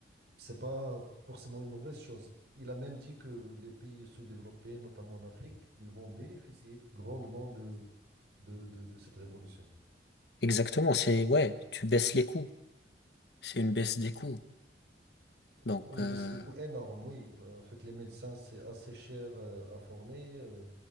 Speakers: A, on the right; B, on the left.
A: C'est pas forcément une mauvaise chose. Il a même dit que les pays sous-développés, notamment en Afrique, ils vont bénéficier grandement de, de, de, de cette révolution.
B: exactement. C'est, ouais, tu baisses les coûts. C'est une baisse des coûts. Donc,
A: Oui, Une
B: euh,
A: baisse des coûts énorme, oui. Euh, En fait, les médecins, c'est assez cher euh, à former. euh,